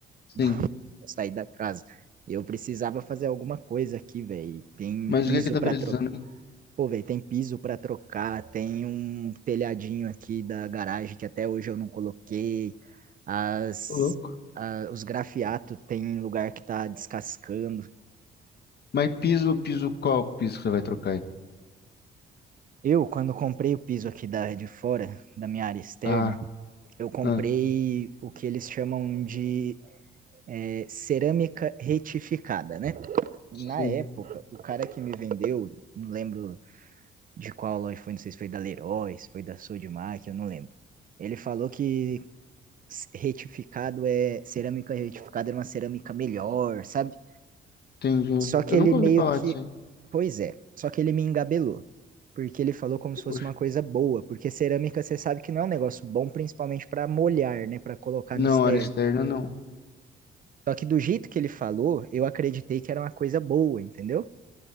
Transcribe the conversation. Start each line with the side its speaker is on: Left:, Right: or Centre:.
Left: Sim.
Right: <laughs> vou sair da casa. Eu precisava fazer alguma coisa aqui, velho. Tem
Left: Mas
Right: piso
Left: o que é que tá
Right: pra
Left: precisando,
Right: trocar.
Left: hein?
Right: Pô, velho, tem piso pra trocar. Tem um telhadinho aqui da garagem que até hoje eu não coloquei. As,
Left: Ô, louco.
Right: a- os grafiatos tem um lugar que tá descascando.
Left: Mas piso, piso qual piso que você vai trocar aí?
Right: Eu, quando comprei o piso aqui da, de fora, da minha área externa,
Left: Ah,
Right: eu comprei
Left: ah,
Right: o que eles chamam de é, cerâmica retificada, né? Na
Left: sim.
Right: época, o cara que me vendeu, não lembro de qual loja foi, não sei se foi da Leroy, se foi da Sodimac, eu não lembro. Ele falou que retificado é cerâmica retificada era uma cerâmica melhor, sabe?
Left: Entendi.
Right: Só que
Left: Eu
Right: ele
Left: nunca
Right: meio
Left: ouvi falar
Right: que,
Left: disso, hein?
Right: pois é, só que ele me engabelou, porque ele falou como se fosse
Left: Oxe.
Right: uma coisa boa, porque cerâmica você sabe que não é um negócio bom, principalmente para molhar, né, para colocar
Left: Não,
Right: no externo.
Left: área externa, não.
Right: Só que do jeito que ele falou, eu acreditei que era uma coisa boa, entendeu?